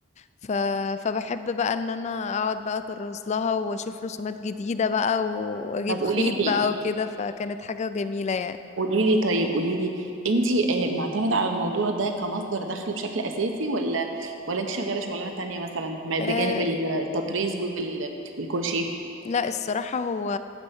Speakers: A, on the left (about 35°); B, on the right (about 70°).
A: ف... فبحب بقى ان انا اقعد بقى اطرز لها واشوف رسومات جديده بقى و- واجيب
B: طب قولي
A: خيط
B: لي
A: بقى وكده فكانت حاجه جميله يعني
B: قولي لي طيب قولي لي انتي آه، معتمدة على الموضوع ده كمصدر دخل بشكل اساسي ولا ولا انت شغالة شغلانة تانية مثلا ما- بجانب
A: أه...
B: التطريز وال- والكروشيه
A: لا الصراحه هو